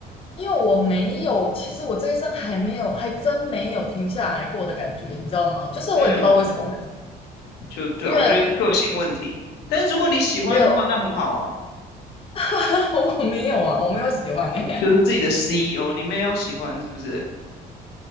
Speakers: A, on the left (about 35°); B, on the left (about 80°).
A: 因为我没有，其实我这一生还没有，还真没有停下来过的感觉，你知道吗？就是我也不知道为什么，
B: 嗯，就对，
A: 因为
B: 我觉得个性问题。但是如果你喜欢的话，
A: 没有
B: 那很好啊，
A: <laughs> 我没有啊，我没有喜欢哎、
B: 就是自己的 CEO，你没有喜欢是不是？